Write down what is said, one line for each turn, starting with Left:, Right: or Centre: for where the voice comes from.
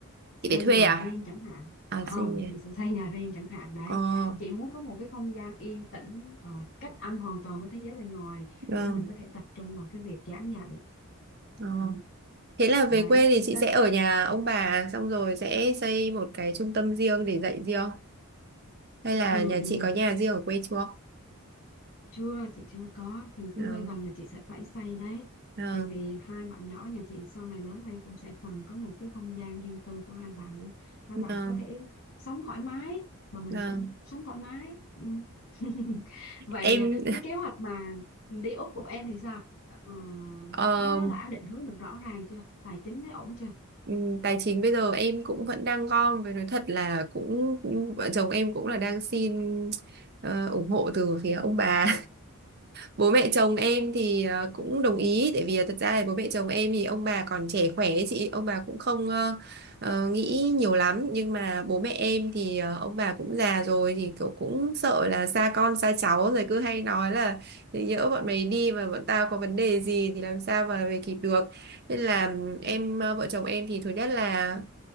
Left: xây
Right: Chị phải thuê
Left: nhà
Right: à?
Left: riêng chẳng hạn
Right: À
Left: không
Right: sinh nhỉ.
Left: chị sẽ xây nhà riêng chẳng hạn đấy
Right: Ờ.
Left: chị muốn có một cái không gian yên tĩnh ờ, cách âm hoàn toàn với thế giới bên ngoài
Right: Vâng.
Left: để mình có thể tập trung vào cái việc giảng dạy
Right: Ờ.
Left: ừ,
Right: Thế là về
Left: đấy
Right: quê thì chị
Left: đấy
Right: sẽ ở nhà ông bà xong rồi sẽ xây một cái trung tâm riêng để dạy riêng hay là
Left: ừ,
Right: nhà
Left: ừ.
Right: chị có nhà riêng ở quê chưa?
Left: chưa chị chưa có thì
Right: Vâng.
Left: tương lai gần là chị sẽ phải xây đấy
Right: Vâng.
Left: vì vì hai bạn nhỏ nhà chị sau này lớn lên cũng sẽ cần có một cái không gian riêng tư của hai bạn để hai
Right: Vâng.
Left: bạn có thể sống thoải mái và mình
Right: Vâng.
Left: cũng sống thoải mái ừ. <laughs> vậy
Right: Em
Left: à, cái kế hoạch mà đi Úc của em thì sao Ờ,
Right: <laughs> ờ,
Left: nó nó đã định hướng được rõ ràng chưa tài chính đấy ổn chưa
Right: ừm, tài chính bây giờ em cũng vẫn đang gom với nói thật là cũng cũng- vợ chồng em cũng là đang xin ờ, ủng hộ từ phía ông bà bố mẹ chồng em thì ờ, cũng đồng ý tại vì là thật ra là bố mẹ chồng em thì ông bà còn trẻ khỏe ấy chị ông bà cũng không ờ, ờ, nghĩ nhiều lắm nhưng mà bố mẹ em thì ờ, ông bà cũng già rồi thì kiểu cũng sợ là xa con xa cháu rồi cứ hay nói là "Thế nhỡ bọn mày đi mà bọn tao có vấn đề gì thì làm sao mà về kịp được nên là em ờ, vợ chồng em thì thứ nhất là